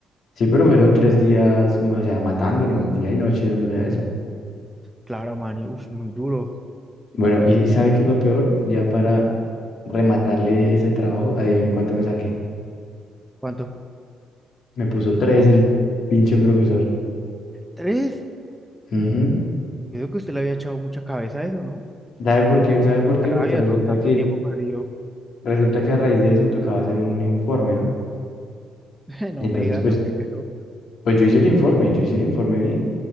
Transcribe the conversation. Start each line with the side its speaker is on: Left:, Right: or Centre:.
Left: Sí, pero fueron tres días, o sea, matándonos día y noche dándole a eso.
Centre: Claro, man, uy, muy duro.
Left: Bueno, y y ¿sabe qué es lo peor? Ya para rematarle ese trabajo, adivine cuánto me saqué.
Centre: ¿Cuánto?
Left: Me puso tres el pinche profesor.
Centre: ¿Tres?
Left: Ujú.
Centre: Yo creo que usted le había echado mucha cabeza a eso, ¿no?
Left: ¿Sabe por qué? ¿Sabe por qué?
Centre: Qué rabia,
Left: Porque resulta
Centre: ¿no? Tanto
Left: que,
Centre: tiempo perdido.
Left: resulta que a raíz de eso tocaba hacer un informe, ¿no?
Centre: <laughs> No
Left: Y entonces,
Centre: me digas
Left: pues,
Centre: lo que creo.
Left: pues yo hice el informe, yo hice el informe bien,